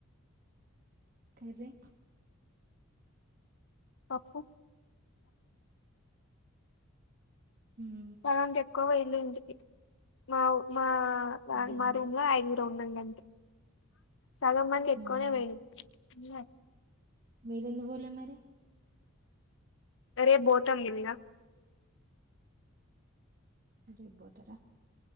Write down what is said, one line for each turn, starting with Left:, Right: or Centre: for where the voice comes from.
Right: కర్రీ
Left: పప్పు
Right: మ్
Left: <unintelligible> ఎక్కువ పొయిల్రు ఇంటికి మా మా
Right: అర్ధం
Left: మా
Right: కాలే
Left: రూమ్ లో ఐదుగురు టొండం గంతే సగం మంది ఎక్కువనే
Right: ఉమ్
Left: పోయిళ్ళు తిన్లే
Right: మీరెందుకు పోలే మరి
Left: అరే బోతమెలిగా
Right: రేబ్బోతరా